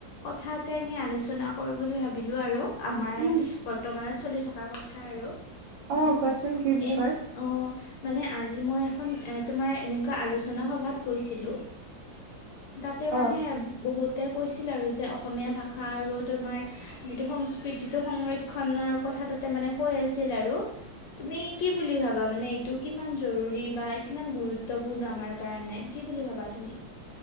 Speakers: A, on the left; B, on the right.
A: কথা এটা এনেই আলোচ না কৰো বুলি ভাৱিলোঁ আৰু আমাৰ
B: উম
A: বৰ্তমানত চলি থকা কথা আৰু।
B: অঁ, কোৱাচোন কি বিষয়?
A: এ অঁ মানে, আজি মই এখন এ তোমাৰ এনেকুৱা আলোচনা সভাত গৈছিলোঁ। তাতে মানে,
B: অ
A: বহুতে কৈছিল আৰু যে অসমীয়া ভাষা ষা আৰু তোমাৰ যিটো সংস্কৃতিটো, সংৰক্ষণৰ কথা তাতে মানে, কৈ আছিল আৰু। তুমি কি বুলি ভাৱা? মানে এইটো কিমান জৰুৰী বা কিমান গুৰুত্বপূৰ্ণ আমাৰ কাৰণে। কি বুলি ভাৱা তুমি?